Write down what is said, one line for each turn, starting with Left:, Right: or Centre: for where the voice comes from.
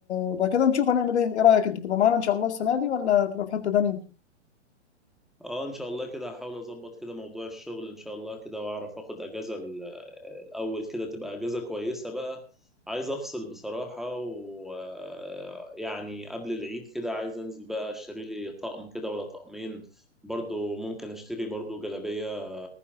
Left: وبعد كده نشوف هنعمل ايه ايه رأيك انت تبقى معانا ان شاء الله السنة دي ولا تبقى في حتة تانية
Centre: اه ان شاء الله كده هحاول اظبط كده موضوع الشغل ان شاء الله كده واعرف اخد اجازة ال- الاول كده تبقى اجازة كويسة بقى عايز افصل بصراحة ويعني قبل العيد كده عايز انزل بقى اشتري لي طقم كده ولا طقمين برضو ممكن اشتري برضو جلابية